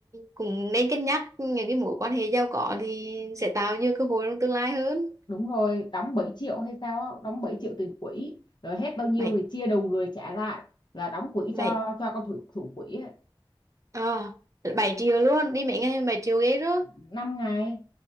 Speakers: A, on the right (about 35°); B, on the left (about 55°).
A: cũng nên cân nhắc những cái mối quan hệ giàu có thì sẽ tạo nhiều cơ hội trong tương lai hơn
B: đúng rồi đóng 7 triệu hay sao á, đóng bảy triệu tiền quỹ rồi hết bao nhiêu
A: bảy
B: thì chia đầu người trả lại là đóng quỹ
A: bảy
B: cho cho con thủ thủ quỹ á.
A: ờ bảy triệu luôn đi mấy ngày bảy triệu ghê đó
B: năm ngày